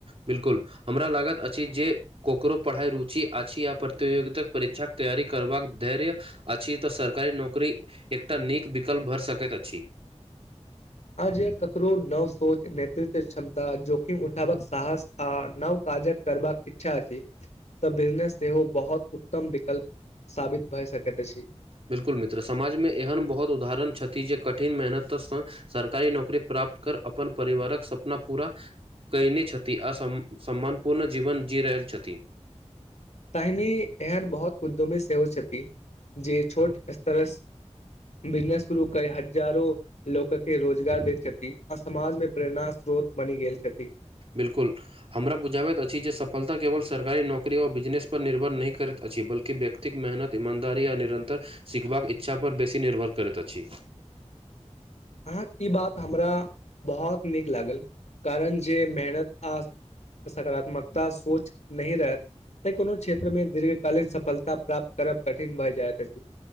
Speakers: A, on the right; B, on the left.
A: बिल्कुल हमरा लागत अछि जे ककरो पढ़ाई रुचि अछि आ प्रतियोगिताक परीक्षा तैयारी करबाक धैर्य अछि तऽ सरकारी नौकरी एकटा नीक विकल्प भर सकैत अछि <inaudible>
B: आज ककरो नव सोच नेतृत्व क्षमता जोखिम उठावक साहस आथ नव क करबाक इच्छा अछि तऽ बिजनेस सेहो बहुत उत्तम विकल्प सााबित भए सक त अछि
A: बिल्कुल मित्र समाजमे एहन बहुत उदाहरण छथि जे कठिन मेहनतसँ सरकारी नौकरी प्राप्त कर अपन परिवारक सपना पूरा कहि नहि छति आ सम्मानपूर्ण जीवन जी रहलल छथित
B: तहिनी एहन बहुत उद्योमी सेहो छथि जे छोट स्तर बिजनेस शुरू क हजारो लोकके रोजगार दैत छथिन आ समाजमे प्रेरणा स्रोत बनि गेल छथि
A: बिल्कुल हमरा बुझाबैत अछि जे सफलता केवल स सरकारी नौकरी व बिजनेस पर निर्भर नहि करैत अछि बल के व्यक्तिक मेहनत ईमानदारी आ निरन्तर सिखबाक इच्छापर बेसी निर्भर करैत अछि <unintelligible>
B: अहाँके ई बात हमरा बहुत नीक लागल कारण जे मेहनत आ सकारात्मकता सोच नहि रहत तऽ कोनो क्षेत्रमे दीर्घ कालीन सफलता प्राप्त करब कठिन भए जायत अछि